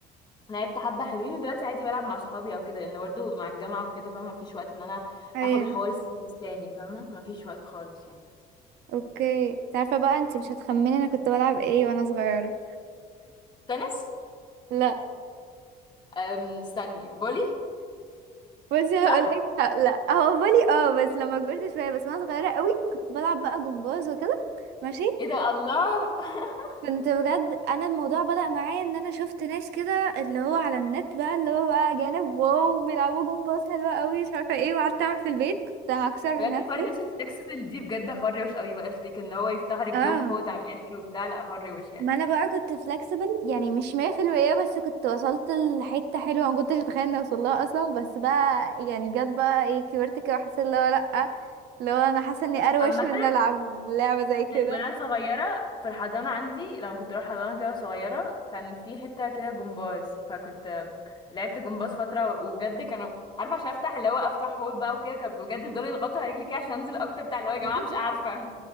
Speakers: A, on the left; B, on the right.
A: لعبت حبة حلوين ودلوقتي عادي بلعب مع صحابي او كده لان برضه مع الجامعة وكده فاهمة مفيش وقت ان انا
B: ايوه
A: اخد الحوار السيريس تاني فاهمة مفيش وقت خالص يعني
B: اوكي انت عارفة بقى انت مش هتخمني انا كنت بلعب ايه وانا صغيرة
A: تنس
B: لا
A: أم، استني فولي
B: بصي هقولك
A: صح
B: ه- لا هو بالي اه بس لما كبرت شويه بس وانا صغيره قوي كنت بلعب بقى جمباز وكده ماشي
A: ايه ده الله <laughs>
B: كنت بجد انا الموضوع بدأ معايا ان انا شفت ناس كده اللي هو على النت بقى اللي هو بقى جانب واو بيلعبوا جمباز حلوه قوي مش عارفه ايه وقعدت اعمل في البيت كنت هكسر
A: بجد
B: نفسي
A: حوار الناس الفلكسبل دي بجد حوار روش قوي بقى افتكر ان هو يفتح رجليهم
B: اه
A: حوض على الاخر وبتاع لا حوار روش يعني
B: ما انا بقى كنت فلكسبل يعني مش 100% بس كنت وصلت لحته حلوه ما كنتش اتخيل اني اوصل لها اصلا بس بقى يعني جت بقى ايه كبرت كده وحسيت اللي هو لا لو انا حاسه اني اروش
A: عامة
B: من إني العب لعبه زي كده
A: وانا صغيره في الحضانه عندي لما كنت اروح حضانه كده صغيره كان في حته كده جمباز فكنت لعبت جمباز فتره وبجد كانوا عارفه عشان افتح اللي هو افتح هول بقى وكده كان بجد بيفضلوا يضغطوا على رجلي كده عشان انزل اكتر بتاع اللي هو يا جماعه
B: <laughs>
A: مش عارفه